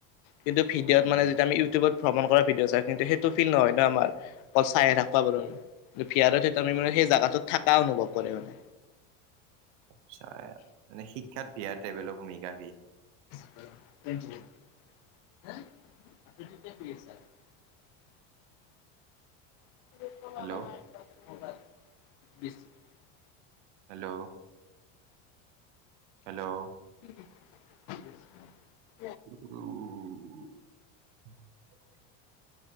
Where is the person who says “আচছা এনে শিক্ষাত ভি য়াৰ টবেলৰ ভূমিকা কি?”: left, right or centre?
Right